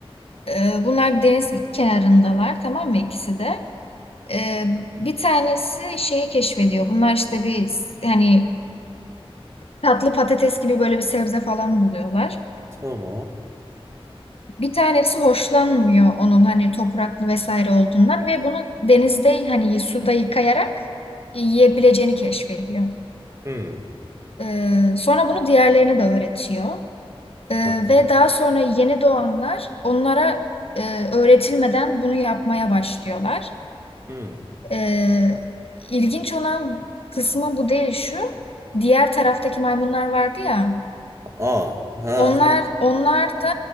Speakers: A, on the left (about 70°); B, on the right (about 30°).
A: Ee, bunlar deniz kenarındalar tamam mı ikisi de. Ee, bir tanesi şeyi keşfediyor. Bunlar işte bir hani tatlı patates gibi böyle bir sebze falan buluyorlar.
B: Tamam.
A: Bir tanesi hoşlanmıyor onun hani topraklı vesaire olduğundan ve bunu denizde hani suda yıkayarak yiyebileceğini keşfediyor.
B: Hmm.
A: Ee, sonra bunu diğerlerine de öğretiyor. Ee,
B: Aha.
A: ve daha sonra yeni doğanlar onlara e, öğretilmeden bunu yapmaya başlıyorlar.
B: Hmm.
A: Ee, ilginç olan kısmı bu değil şu. Diğer taraftaki maymunlar vardı ya.
B: Aa. Ha.
A: Onlar onlar da